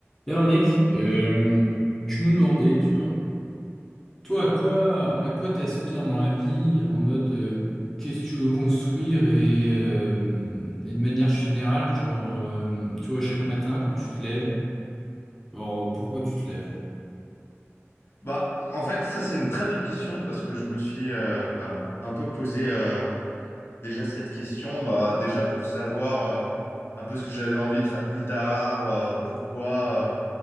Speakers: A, in the centre; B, on the left.
A: D'ailleurs, mec, euh, je me demandais, tu vois, toi, à quoi, à quoi t'aspires dans la vie en mode euh, qu'est-ce que tu veux construire et, euh, et de manière générale, genre, euh, tu vois, chaque matin quand tu te lèves, genre, pourquoi tu te lèves?
B: Bah, en fait, ça, c'est une très bonne question parce que je me suis euh, euh, un peu posé euh, déjà cette question, bah, déjà pour savoir euh, un peu ce que j'avais envie de faire plus tard, euh, pourquoi, euh,